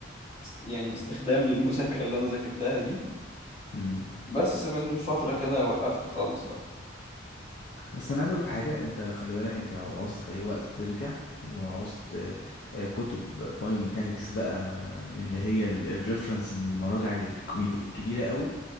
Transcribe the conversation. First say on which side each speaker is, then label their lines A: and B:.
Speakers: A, on the left; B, on the left.
A: است- يعني استخدام للمذاكرة اللي أنا ذاكرتها دي
B: إمم.
A: بس من فترة كده وقفت خالص بقى
B: بس انا عايز اقولك حاجه انت خلي بالك انت لو عوزت في اي وقت ترجع وعوزت آه، آه، كتب بايو ميكانيكس بقى من اللي هي ال- الريفرنس المراجع الكبي- الكبيره قوي